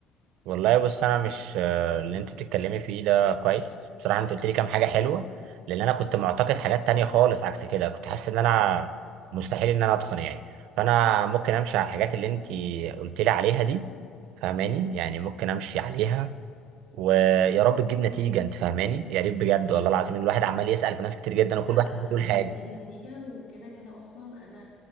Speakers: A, on the right (about 75°); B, on the left (about 60°).
A: والله بص انا مش آه، اللي انت بتتكلمي فيه ده كويس بصراحة انت قلت لي كام حاجة حلوة لان انا كنت معتقد حاجات تانية خالص عكس كده كنت حاسس ان انا مستحيل ان انا اتقن يعني فانا ممكن امشي على الحاجات اللي انت قلت لي عليها دي فاهماني يعني ممكن امشي عليها ويا رب تجيب نتيجة انت فاهماني يا ريت بجد والله العظيم الواحد عمال يسأل في ناس كتير جدا
B: لا
A: وكل واحد
B: لا والله
A: بيقول حاجة
B: هتجيب نتيجة وكده كده أصلا أنا